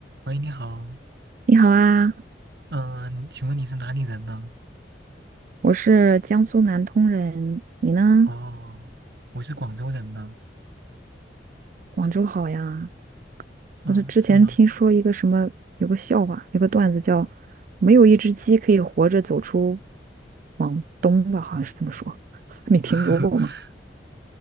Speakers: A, on the right; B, on the right.
A: 喂，你好，
B: 你好啊，
A: 嗯、请问你是哪里人呢？
B: 我是江苏南通人，你呢？
A: 哦，我是广州人呢。
B: 广州好呀。
A: 嗯、
B: 我就之前听说一个什么，
A: 是吗？
B: 有个笑话，有个段子叫“没有一只鸡可以活着走出往东吧”，好像是这么说。<laughs> 你听说过吗？
A: <laughs>